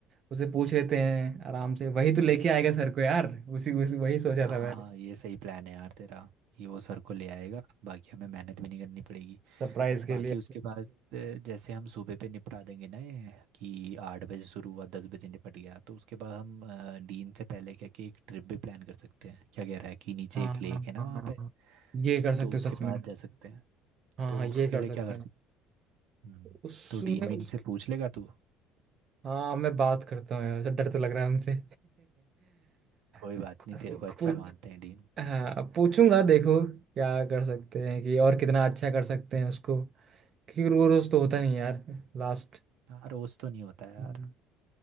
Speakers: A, on the right; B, on the right.
A: उसे पूछ लेते हैं आराम से वही तो लेके आएगा सर को यार उसी उसी वही सोचा
B: हाँ
A: था मैंने
B: ये सही प्लान है यार तेरा कि वो सर को ले आएगा बाकी हमें मेहनत भी नहीं करनी पड़ेगी
A: सरप्राइज के
B: बाकी
A: लिए
B: उसके बाद अ, जैसे हम सुबह पे निपटा देंगे ना ये कि आठ बजे शुरू हुआ दस बजे निपट गया तो उसके बाद हम अ, डीन से पहले क्या कि एक ट्रिप भी प्लान कर सकते हैं क्या कह रहा है कि नीचे
A: हाँ
B: एक
A: हाँ
B: लेक है ना
A: हाँ
B: वहाँ
A: हाँ
B: पे
A: हाँ। ये कर सकते
B: तो उसके
A: हो सच
B: पास
A: में
B: जा सकते हैं
A: हाँ
B: तो
A: हाँ
B: उसके
A: ये कर
B: लिए
A: सकते
B: क्या कर
A: हैं
B: सकते हैं हम्म,
A: उसमें
B: तो डीन वीन
A: उस
B: से पूछ लेगा तू
A: हाँ मैं बात करता हूँ यार डर तो लग रहा है उनसे
B: कोई
A: <laughs>
B: बात नहीं तेरे को अच्छा
A: पूछ
B: मानते हैं डीन
A: हाँ पूछूंगा देखो क्या कर सकते हैं कि और कितना अच्छा कर सकते हैं उसको क्योंकि रोज रोज तो
B: हम्म,
A: होता नहीं यार लास्ट
B: हाँ रोज तो नहीं होता यार
A: हम्म।